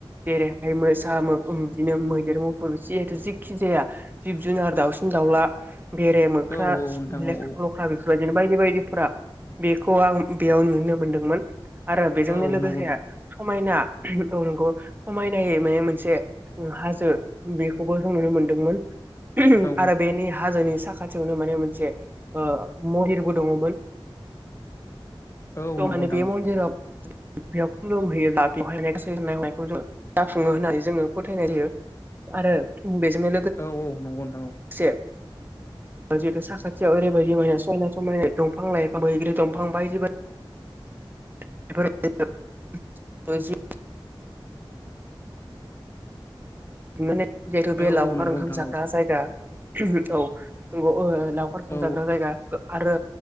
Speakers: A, on the right; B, on the left.
A: जेरैहाय सेसा बिदिनो मैदेर मुफुर जिखुनु खि जाया जिब-जुनार दाउसिन दाउला बेरे मोख्रा
B: औ औ नोंथां औ
A: लख्रा बेफोरबाय बायदि बायदिफोरा बेखौ आं बेयाव नुनो मोनदोंमोन आरो बेजोंनो
B: औ औ
A: लोगोसे
B: नंगौ नोंथां
A: समायना औ नोंगौ समायनायै माने मोनसे हाजो बेखौबो नुनो मोनदों मोन
B: औ
A: आरो निनि हाजोनि साखाथियावनो माने मोनसे ओ महिरबो दङमोन
B: औ
A: बेव
B: नंगौ
A: माने
B: नोंथां
A: बे
B: औ
A: मन्दिराव
B: <inaudible>
A: बेयाव खुलुमहैयोब्ला बेवहायनाय गासैनाय हनायखौ जाफुङो होननानै जोङो फोथायनाय जायो। आरो बेजोंनो
B: औ औ नंगौ नोंथा औ
A: लोगोसे जिहेतु साखाथियाव ओरैबायदि माने समायना समायना दंफां लाइफां बैग्रि दंफां बायदि बायदि
B: <inaudible>
A: <unintelligible> माने जिहेथु
B: औ
A: बेलावखार
B: औ नंगौ
A: ओंखाम
B: नोंथां
A: जाख्रा
B: औ
A: जायगा औ नंगौ। लावखार सोमजाग्रा
B: औ
A: जायगा आरो